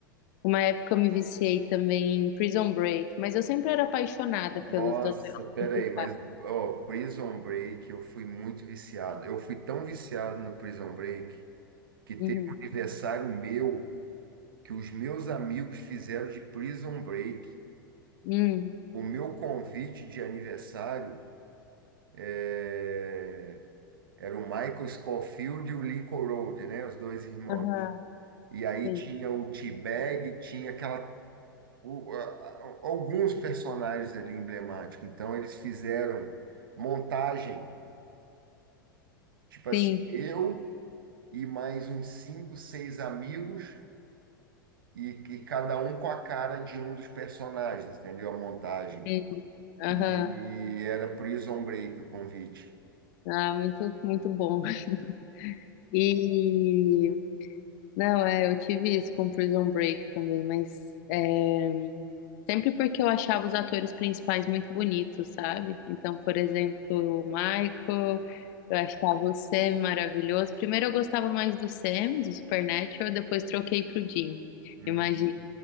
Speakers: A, on the left (about 55°); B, on the right (about 75°).
A: Uma época eu me viciei também em Prison Break, mas eu sempre era apaixonada
B: Nossa,
A: pelos atores
B: peraí,
A: principais.
B: mas, ó, Prison Break, eu fui muito viciado. Eu fui tão viciado no Prison Break que
A: Uhum.
B: teve um aniversário meu que os meus amigos fizeram de Prison Break.
A: Hum.
B: O meu convite de aniversário é, era o Michael Scofield e o Lincoln Road, né? Os dois irmãos.
A: Aham,
B: E aí
A: Sim,
B: tinha o T-Bag, tinha aquela. o- a- a- alguns personagens ali emblemáticos. Então eles fizeram montagem, tipo assim,
A: sim.
B: eu e mais uns cinco, seis amigos, e, e cada um com a cara de um dos personagens, entendeu? A montagem.
A: sim. Aham.
B: E, era Prison Break o convite.
A: Ah, muito, muito bom. <laughs> E não, é, eu tive isso com Prison Break também, mas é, Sempre porque eu achava os atores principais muito bonitos, sabe? Então, por exemplo, o Michael, eu achava o Sam maravilhoso. Primeiro eu gostava mais do Sam, do Supernatural, depois troquei pro Jim,
B: Hum.
A: imagina.